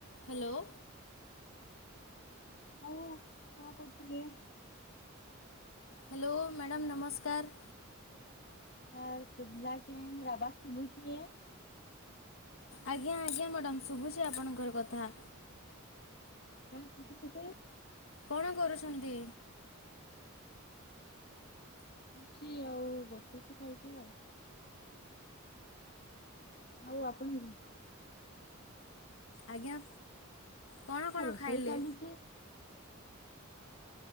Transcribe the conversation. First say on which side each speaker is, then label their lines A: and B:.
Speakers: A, on the left (about 75°); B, on the left (about 50°).
A: ହ୍ୟାଲୋ
B: ଆଉ କଣ କରୁଥିଲେ?
A: ହ୍ୟାଲୋ ମ୍ୟାଡ଼ାମ ନମସ୍କାର।
B: ନମସ୍କାର ସୁୁଭିଲ କେ ମୁୁରବାଦ ସୁବୁଛି।
A: ଆଜ୍ଞା ଆଜ୍ଞା ମ୍ୟାଡ଼ମ୍ ଶୁଭୁଛି ଆପଣଙ୍କର କଥା।
B: ହଁ କ କରଥିଲ ସେ
A: କଣ କରୁଛନ୍ତି।
B: କିଛି ଆଉ ବସିୁଛି ଖାଇକି ଆଉ। ଆଉ ଆପଣ
A: ଆଜ୍ଞା କଣ କଣ
B: ନା ରୋଷାଇ
A: ଖାଇଲେ
B: ଚାଲିଚି